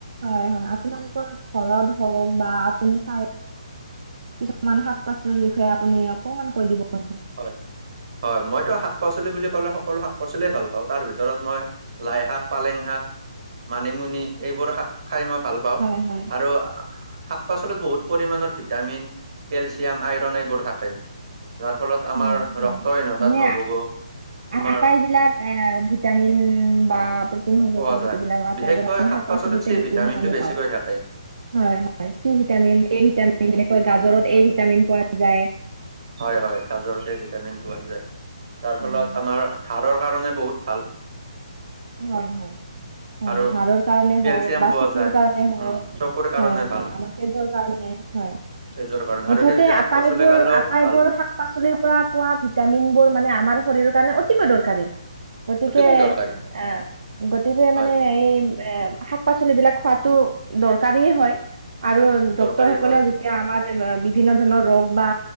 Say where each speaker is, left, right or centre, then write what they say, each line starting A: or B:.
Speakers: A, on the right; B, on the right.
A: হয়, আপোনালোকৰ ঘৰত হওক বা আপুনি খাই কিছুমান শাক পাচলিৰ বিষয়ে আপুনি অকমান কৈ দিব নেকি?
B: হয়, হয়, মইতো শাক-পাচলি বুলি ক'লে সকলো শাক পাচলিয় ভাল পাওঁ। তাৰ ভিতৰত মই লাই শাক, পালেং শাক, মানিমুনি এইবোৰ শাক খাই মই ভাল পাওঁ
A: হয় হয়
B: আৰু শাক-পাচলিত বহুত পৰিমানৰ ভিটামিন, কেলচিয়াম, আইৰণ এইবোৰ থাকে। যাৰ ফলত আমাৰ
A: হয় হয় হয়
B: ৰক্তহীনতাত
A: মানে
B: নোভোগো, আমাৰ
A: আটাইবিলাক ভিটামিন বা প্ৰটিন সংযত
B: পোৱা যায়
A: যিবিলাক আটাইবোৰ
B: বিশেষকৈ
A: আমি শাক পাচলিতে
B: পাচলিত চি
A: বেছিভাগ
B: ভিটামিনটো
A: আমি
B: বেছিকৈ
A: পাওঁ।
B: থাকে
A: হয়, হয়, চি ভিটামিন, এ ভিটামিন যেনেকৈ গাজৰত এ ভিটামিন পোৱা যায়।
B: হয়, হয়, কাগ <unintelligible> ভিটামিন পোৱা যায়, তাৰ
A: উম
B: ফলত আমাৰ হাড়ৰ কাৰণে বহুত ভাল।
A: হয়, হয়।
B: <inaudible>
A: হয়, হাড়ৰ কাৰণে
B: কেলচিয়াম
A: হওক বা
B: পোৱা
A: চকুৰ
B: যায়
A: কাৰণে হওক।
B: উম চকুৰ কাৰণে
A: হয়, হয়,
B: ভাল
A: আমাৰ তেজৰ কাৰণে হয়।
B: তেজৰ কাৰণে
A: মুঠতে
B: আৰু সেউজীয়া শাক
A: আটাইবোৰ-আটাইবোৰ
B: পাচলি খালেও ভাল
A: শাক শাক-পাচলিৰ পৰা পোৱা ভিটামিন বোৰ মানে আমাৰ শৰীৰৰ কাৰণে অতিকৈ দৰকাৰী, গতিকে
B: অতিকৈ দৰকাৰী
A: আহ গতিকে
B: হয়
A: মানে এই এ শাক-পাচলিবিলাক খোৱাতো দৰকাৰীয়ে হয়। আৰু ডক্তৰ
B: দৰকাৰী
A: সকলেও
B: হয়
A: যেতিয়া আমাৰ বিভিন্ন ধৰণৰ ৰোগ বা